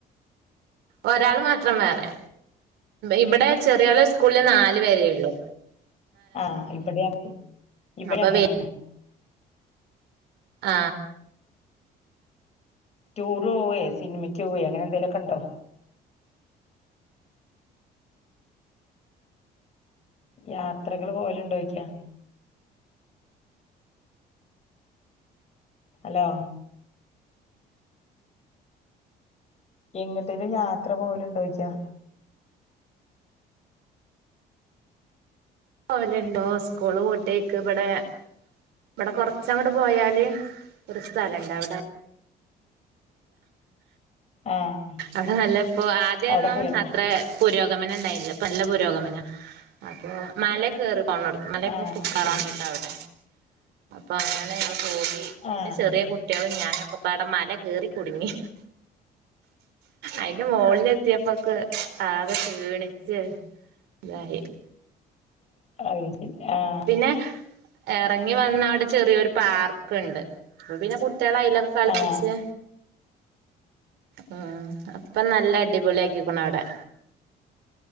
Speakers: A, on the right; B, on the left.
A: ഒരാൾ മാത്രം വേറെ ഇവിടെ ചെറിയോലെ സ്കൂളില് നാലു വെരേ ഉള്ളു
B: ആ ഇവിടെ ഇവിടെ
A: അപ്പൊ
B: അങ്ങനെണ്
A: ആ
B: ടൂർ പോവേ സിനിമയ്ക്ക് പോവെ അങ്ങനെന്തെങ്കിലൊക്കെ ണ്ടോ യാത്രകള് പോകല് ണ്ടോ ചോയ്ക്ക ഹലോ എങ്ങട്ടേലും യാത്ര പോവല്ണ്ടോ ചോയ്ക്കാ
A: പോലുണ്ടോ സ്കൂള് പൂട്ടെയ്ക്ക് വ്ടെ ഇവിടെ കൊറച്ചങ്ങട്ട് പോയാല് ഒരു സ്ഥലണ്ടവടെ
B: ആഹ്
A: അത നല്ല ഇപ്പോ ആദ്യൊന്നും
B: അവിടെ പോയാർന്നോ
A: അത്ര പുരോഗ രോഗമന ണ്ടായില്ല ഇപ്പൊ നല്ല പുരോഗമന അപ്പൊ മല കേറും പോണോട്ത്ത് മലക്കെ
B: ആഹ് അത്
A: കേറാണ്ട്
B: ശരി
A: ട്ടോ അവടെ അപ്പൊ അങ്ങനെ <unintelligible> പോയി
B: ആഹ്
A: ന്റെ ചെറിയ കുട്ട്യാളും ഞാനൊക്കെ പ്പ അടെ മല കേറി കുടുങ്ങി അയിന്റെ മോളി എത്തിയപ്പോക്ക് ആകെ ക്ഷീണിച്ച് ഇതായി
B: <unintelligible> ആഹ്
A: പിന്നെ എറങ്ങി വന്നവടെ ചെറിയൊരു പാർക്ക്ണ്ട് അപ്പപിന്നെ കു ട്ട്യാളെ അയ്ലൊക്കെ കളിപ്പിച്ച്
B: ആഹ്
A: ആ ഇപ്പൊ നല്ല അടിപൊളി ആക്കിക്കുണു അവടെ